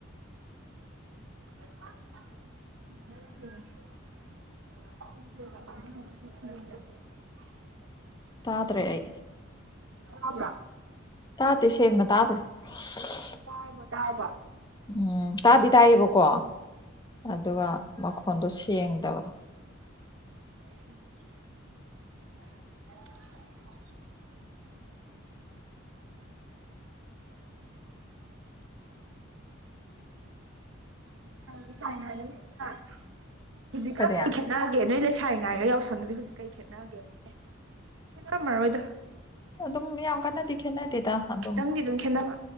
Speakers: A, on the right; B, on the left.
A: <inaudible> <unintelligible>
B: ꯇꯥꯗ꯭ꯔꯦ ꯑꯩ
A: ꯇꯥꯕ꯭ꯔ
B: ꯇꯥꯇꯦ ꯁꯦꯡꯅ ꯇꯥꯗꯔꯦ <inaudible>
A: ꯇꯥꯔꯕꯣ ꯇꯥꯔꯕ
B: ꯎꯝ ꯇꯥꯗꯤ ꯇꯥꯏꯌꯦꯕꯀꯣ ꯑꯗꯨꯒ ꯃꯈꯣꯟꯗꯣ ꯁꯦꯡꯗꯕ
A: <inaudible>
B: <inaudible>
A: ꯍꯥ ꯍꯧꯈꯤꯛꯀ
B: ꯀꯔꯤ
A: ꯀꯩ ꯈꯦꯠ ꯈꯦꯠꯅꯒꯦ ꯅꯣꯏ ꯂꯩꯁꯥꯔꯤ ꯉꯥꯏꯒ ꯌꯥꯎꯁꯪꯁꯦ ꯍꯧꯖꯤꯛ ꯀꯩ ꯈꯦꯠꯅꯒꯦꯕ ꯀꯝꯃꯔꯣꯏꯗ
B: ꯑꯗꯨꯝ ꯌꯥꯝ ꯀꯟꯅꯗꯤ ꯈꯦꯠꯅꯗꯦꯗ ꯑꯗꯨꯝ
A: ꯈꯤꯇꯪꯗꯤ ꯈꯦꯠꯅꯕ